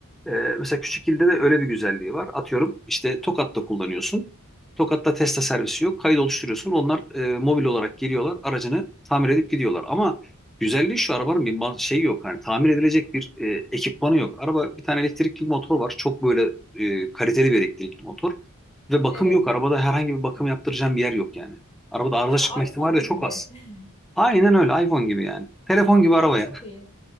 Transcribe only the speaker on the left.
Evet.
He,
iPhone
gibi
mi?
<laughs>
Ya
çok iyi.